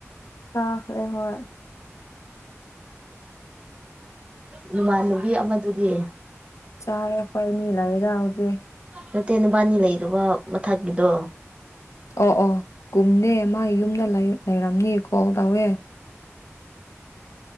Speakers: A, on the left; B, on the right.
A: ꯆꯥꯈꯔꯦ ꯍꯣꯏ
B: ꯅꯃꯥꯟꯅꯕꯤ ꯑꯃꯗꯨꯗꯤ
A: ꯆꯥꯔꯦ ꯑꯈꯣꯏꯅꯤ ꯂꯩꯗ ꯍꯧꯖꯤꯛ
B: ꯅꯠꯇꯦ ꯅꯕꯥꯅꯤ ꯂꯩꯗꯕ ꯃꯊꯛꯀꯤꯗꯣ
A: ꯑꯣ ꯑꯣ ꯀꯨꯝꯅꯦ ꯃꯥ ꯌꯨꯝꯗ ꯂꯩ ꯂꯩꯔꯝꯅꯤ ꯀꯣꯜ ꯇꯧꯋꯦ